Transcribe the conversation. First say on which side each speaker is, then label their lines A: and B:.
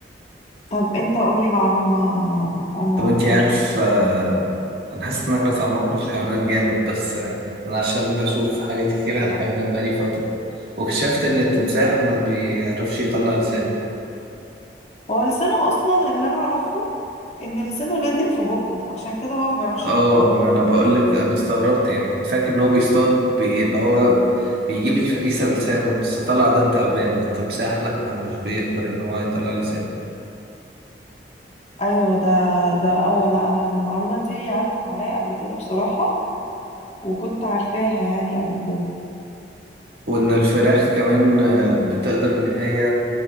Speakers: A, on the left (about 40°); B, on the right (about 60°).
A: طب انت قولي معلومة انا ما
B: طب
A: اعرفهاش
B: انتي عارف آه، انا حاسس ان احنا اتعمقنا في الحيوانات جامد بس آه، انا عشان بشوف حاجات كتير عن الحيوانات بقالي فتره واكتشفت ان التمساح ما بيعرفش يطلع لسانه
A: هو لسانه اصلا اللي انا اعرفه ان لسانه لازق في بقه عشان كده هو ما بيعرفش
B: اه
A: يطلعه
B: ما انا بقول لك انا استغربت يعني كنت فاكر ان هو بيصطاد بي... اللي هو بيجيب الفريسه بلسانه بس طلع ده التعبان التمساح لا مش بيقدر ان هو يطلع لسانه
A: ايوه ده ده اه لا انا المعلومه دي عدت عليا قبل كده بصراحه وكنت عارفاها يعني قبل كده
B: وان الفراخ كمان آه، بتقدر ان هي